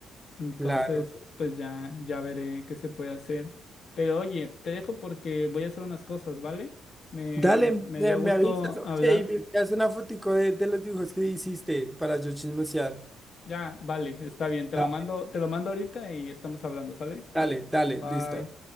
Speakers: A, on the left; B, in the centre.
A: Entonces,
B: Claro.
A: pues ya, ya veré qué se puede hacer. Pero oye, te dejo porque voy a hacer unas cosas, ¿vale? Me,
B: Dale, me,
A: me dio
B: me
A: gusto
B: avisas, oye,
A: hablar.
B: y me envías una fotico de, de los dibujos que hiciste para yo chismosear.
A: Ya, vale, está bien. Te
B: Da-
A: lo mando, te lo mando ahorita y estamos hablando, ¿sale?
B: Dale, dale,
A: Bye.
B: listo.